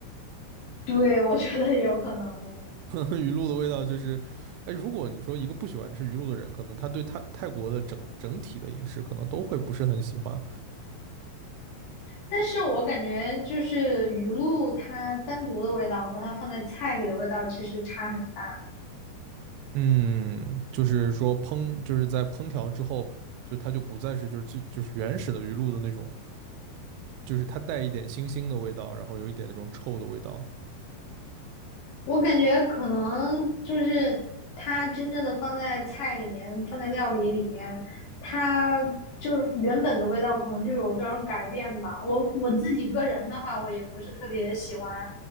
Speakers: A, on the left; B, on the right.
A: 对，我觉得也有可能的。
B: <laughs> 鱼露的味道就是，哎，如果你说一个不喜欢吃鱼露的人，可能他对泰泰国的整整体的饮食可能都会不是很喜欢。
A: 但是我感觉就是鱼露它单独的味道和它放在菜里的味道其实差很大。
B: 嗯，就是说烹，就是在烹调之后，就它就不再是就是最就是原始的鱼露的那种，就是它带一点腥腥的味道，然后有一点那种臭的味道。
A: 我感觉可能就是它真正的放在菜里面，放在料理里面，它就是原本的味道可能就有点改变吧。我我自己个人的话，我也不是特别喜欢，